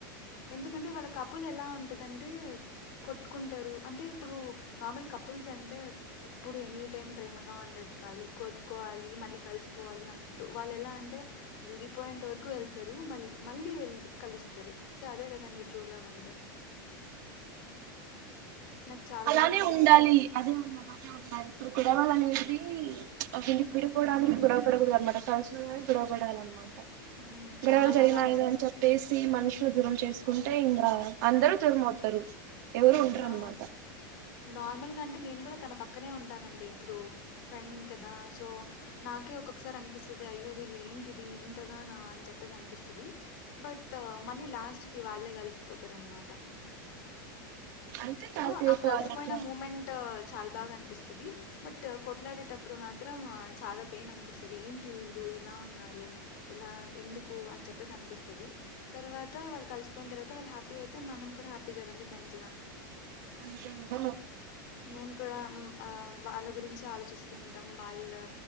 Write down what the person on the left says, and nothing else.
ఎందుకంటే వాళ్ళ కప్పులు ఎలా ఉంటదింటే కొట్టుకుంటారు అంటే ఇప్పుడు నార్మల్ కప్పు కపుల్స్ అంటే ఎప్పుడు ఎనీ టైం ప్రేమగా ఉండదు కాదు కొట్టుకోవాలి మళ్లీ కలిసిపోవాలి అన్న అంటూ మళ్లీ ఎలా అంటే విడిపోయేంత వరకు వెళ్తారు మళ్ మళ్లీ కలుస్తారు సో అదేకా తాండీ ట్రూ లవ్ అంటే నాకు చాలా
బాగా అనిపిస్తదండి.
ఆ!
హ్మ్.
చాలా
బా
ఆ
నార్మల్గా అంటే నేను కూడా తన పక్కనే ఉంటానండి ఎప్పుడు ఫ్రెండ్ కదా సో నాకే ఒక ఒకసారి అనిపిస్తుంది అయ్యో వీళ్ళ ఏంటిది ఇంతగా అని చెప్పేసి అనిపిస్తుంది బట్ మళ్ళ లాస్ట్ కి వాళ్ళే కలిసిపోతారునమాట
సో
ఆ కలిసిపోయిన
మూమెంట్ చాలా బాగా అనిపిస్తుంది బట్ కొట్లాడేటప్పుడు మాత్రం చాలా పెయిన్ అనిపిస్తుంది ఏంటి వీళ్లు ఇలా ఉన్నారు ఇలా ఎందుకు అని చెప్పేసి అనిపిస్తుంది తర్వాత వాళ్లు కలిసిపోయిన తర్వాత ళ్ళ హ్యాపీ అయితే మనం కూడా హ్యాపీ కదా ఫ్రెండ్స్ గా
మేము కూడా ఆ వాళ్ళ గురించి ఆలోచ చిస్తుంటాం వాళ్లు